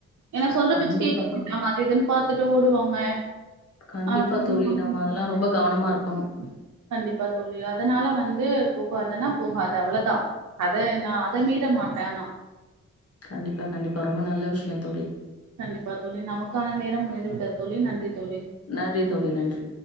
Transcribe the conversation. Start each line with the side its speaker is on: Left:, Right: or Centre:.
Right: ஏன்னா சொல்ற
Left: கண்டிப்பா
Right: பேச்சு கேக்க
Left: தோழி.
Right: மாட்டாங்க. அது இதுன்னு பாத்துட்டு ஓடுவாங்க
Left: கண்டிப்பா
Right: <unintelligible>
Left: தோழி. நம்ம அதெல்லாம் ரொம்ப கவனமா இருக்கணும்.
Right: கண்டிப்பா தோழி அதனால வந் போகாதன்னா போகாத அவ்ளதா அத நா அத மீற மாட்டே நா
Left: கண்டிப்பா கண்டிப்பா ரொம்ப நல்ல விஷ்யொ தோழி
Right: கண்டிப்பா தோழி நமக்கான நேரம் முடிந்து விட்டது தோழி நன்றி தோழி
Left: நன்றி தோழி நன்றி